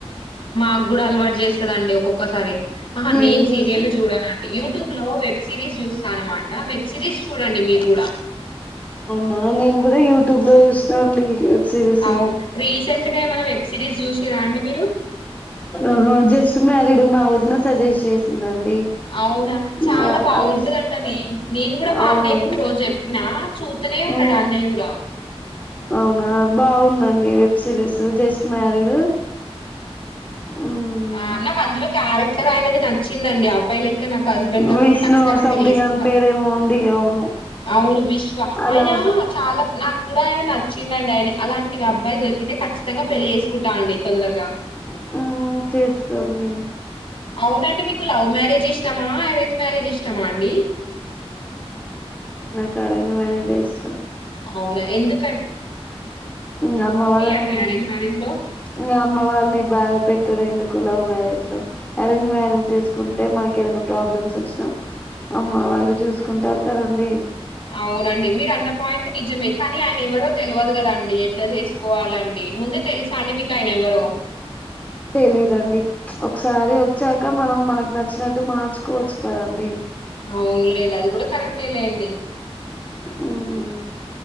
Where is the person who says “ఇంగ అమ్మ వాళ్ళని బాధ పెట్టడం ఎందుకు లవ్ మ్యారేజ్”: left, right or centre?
Left